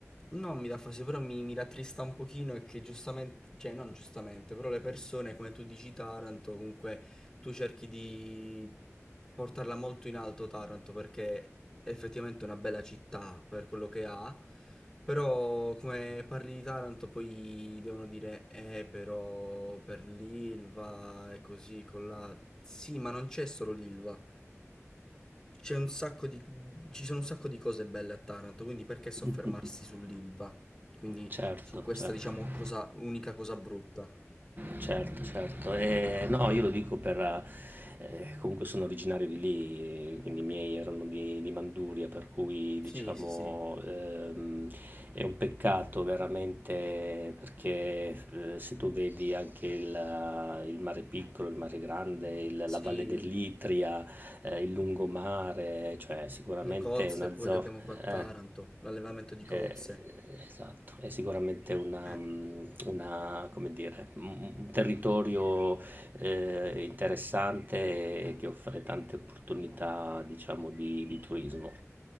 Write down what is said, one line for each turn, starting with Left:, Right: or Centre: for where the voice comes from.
Centre: non mi dà fastidio, però mi, mi rattrista un pochino è che giustamente, cioè non giustamente, però le persone, come tu dici, Taranto, comunque tu cerchi di portarla molto in alto Taranto perché è effettivamente una bella città per quello che ha, però come parli di Taranto poi devono dire eh però per l'Ilva e così con la... Sì, ma non c'è solo l'Ilva. C'è un sacco di... ci sono un sacco di cose belle a Taranto, quindi perché soffermarsi
Right: <laughs>
Centre: sull'Ilva? Quindi
Right: Certo,
Centre: su questa,
Right: certo.
Centre: diciamo, cosa, unica cosa brutta.
Right: Certo, certo. Ehm, no, io lo dico per ehm, comunque sono originario di lì, eh, quindi i miei erano di di Manduria, per cui
Centre: Sì,
Right: diciamo,
Centre: sì, sì.
Right: ehm, è un peccato veramente perché, ehm, se tu vedi anche il il mare piccolo, il mare grande, il
Centre: Sì,
Right: la Valle dell'Itria, eh, il lungomare, cioè sicuramente
Centre: Le cozze
Right: una
Centre: poi
Right: zona...
Centre: che abbiamo qua a Taranto,
Right: Eh,
Centre: l'allevamento di cozze.
Right: eh, esatto, è sicuramente una,
Centre: Eh,
Right: mm, una, come dire, un un territorio eh, interessante e che offre tante opportunità, diciamo, di, di turismo.